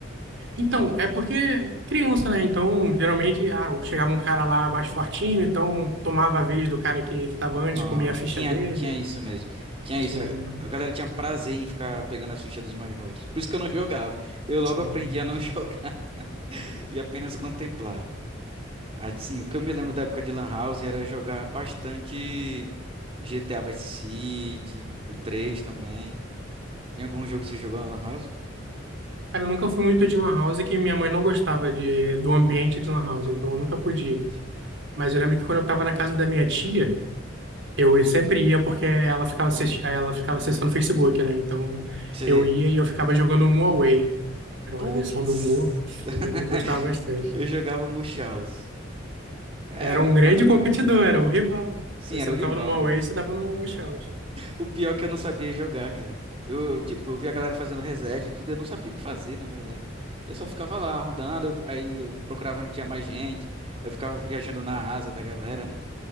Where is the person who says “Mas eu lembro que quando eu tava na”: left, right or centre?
Right